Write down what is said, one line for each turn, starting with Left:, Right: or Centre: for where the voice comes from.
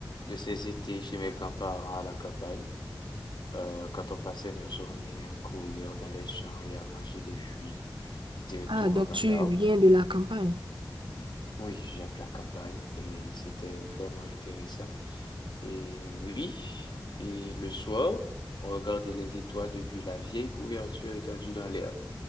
Left: de ces étés chez mes grands-parents à la campagne, euh, quand on passait nos journées à courir dans les champs et à manger des fruits directement
Right: Ah, donc
Left: dans
Right: tu
Left: l'arbre.
Right: viens de la campagne.
Left: Oui, je viens de la campagne et c'était vraiment intéressant. Et oui, et le soir, on regardait les étoiles depuis la vieille couverture étendue dans l'air.